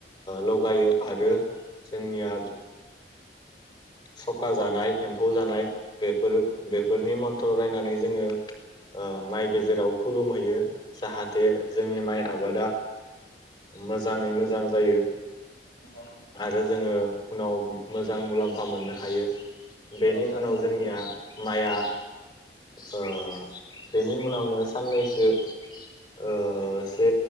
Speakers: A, on the left; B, on the left.
A: लगायो आरो जोंनिया सखा जानाय एम्फौ जानाय बेफोर बेफोरनि मन्थ्र रायनानै जोङो माइ गेजेराव खुलुमहैयो जाहाथे जोंनि माइ आबादा मोजाङै मोजां जायो
B: नंगौ
A: आरो जोङो उनाव मोजां मुलाम्फा मोनो हायो बेनि
B: नोंथां
A: उनाव
B: नंगौ
A: जोंनिया माइआ ओ बेनि उनावनो साननैसो ओ से